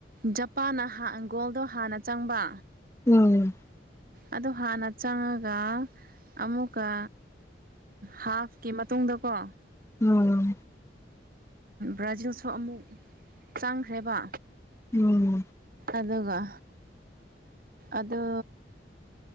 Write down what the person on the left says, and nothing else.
ꯎꯝ
ꯎꯝ
ꯎꯝ